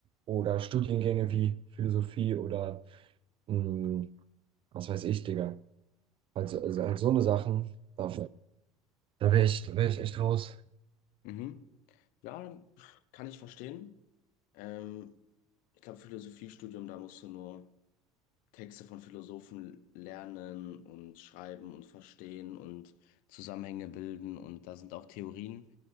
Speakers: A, on the right (about 30°); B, on the left (about 50°).
A: oder Studiengänge wie Philosophie oder mh, Was weiß ich, Digga. Also, also halt so eine Sachen, da, da wäre ich, da wär ich echt raus.
B: mhm. Ja, kann ich verstehen. Ähm, ich glaube, Philosophiestudium, da musst du nur Texte von Philosophen lernen und schreiben und verstehen und Zusammenhänge bilden. Und da sind auch Theorien,